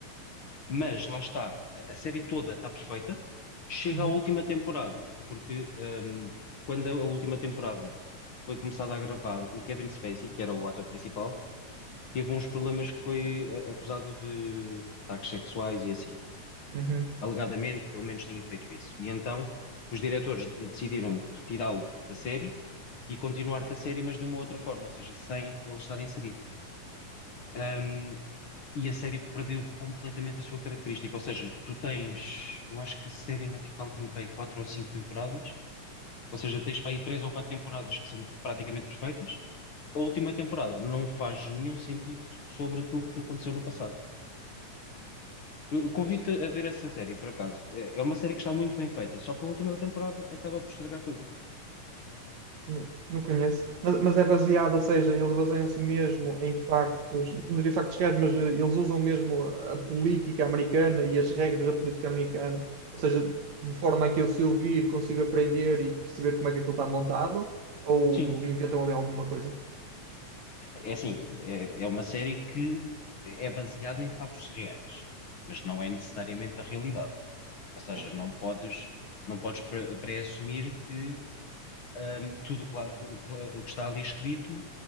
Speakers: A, on the left; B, on the right.
A: Mas lá está, a, a série toda está perfeita, chega
B: Uhum,
A: à última temporada, porque ahm, quando a, a última temporada foi começada a gravar, o Kevin Spacey, que era o ator principal, teve uns problemas que foi a- acusado de ataques sexuais e assim.
B: uhum.
A: Alegadamente, pelo menos tinha feito isso. E então os diretores de- decidiram retirá-lo da série e continuar com a série, mas de uma outra forma, ou seja, sem ele estar inserido. Um, e a série perdeu completamente a sua característica, ou seja, tu tens, eu acho que a série no total tinha para aí quatro ou cinco temporadas, ou seja, tens para aí três ou quatro temporadas que são praticamente perfeitas. A última temporada não faz nenhum sentido sobre aquilo que aconteceu no passado. Eu Convido-te
B: Pois.
A: a ver essa série, por acaso. É é uma série que está muito bem feita, só que a última temporada acaba por estragar tudo.
B: Não, não conheço. Mas, mas é baseado, ou seja, eles baseiam-se mesmo em factos, não diria factos reais, mas eh, eles usam mesmo a política americana e as regras da política americana. Ou seja, de forma a que eu, se eu vir, consigo aprender e perceber como é que aquilo está montado, ou
A: Sim,
B: inventam ali alguma coisa.
A: É assim, é, é uma série que é baseada em factos reais, mas não é necessariamente a realidade. Ou seja,
B: Ah, ok.
A: não podes, não podes pre- pré-assumir que hum, tudo o que lá- o que lá- o que está ali escrito